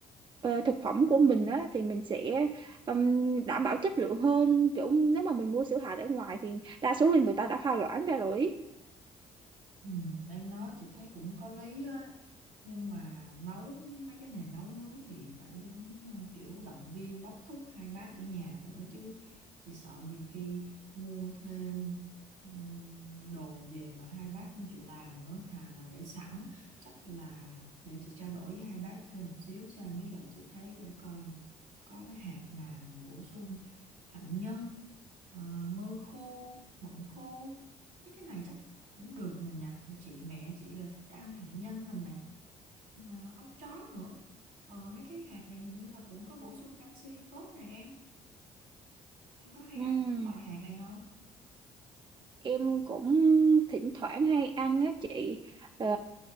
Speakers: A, on the right; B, on the right.
A: ờ, thực phẩm của mình á thì mình sẽ ừm, đảm bảo chất lượng hơn kiểu nếu mà mình mua sữa hạt ở ngoài thì đa số là người ta đã pha loãng ra rồi ý.
B: Ừ, em nói chị thấy cũng có lý á nhưng mà nấu mấy cái này nấu nướng thì phải ờ, kiểu động viên đốc thúc hai bác ở nhà nữa chứ chị sợ nhiều khi mua thêm ừ, đồ về mà hai bác không chịu làm nữa thà là để sẵn chắc là để chị trao đổi với hai bác thêm một xíu xem với lại chị thấy để coi có cái hạt nào mà bổ sung hạnh nhân ờ, mơ khô mận khô cái cái này chắc cũng được nè nhà chị mẹ chị là thích ăn hạt nhân nằm nè à, ốc chó nữa ờ, mấy cái hạt này hình như là cũng có bổ sung canxi tốt nè em anh có hay
A: Ừm,
B: ăn cái loại hạt này không
A: em cũng thỉnh thoảng hay ăn á chị Ờ,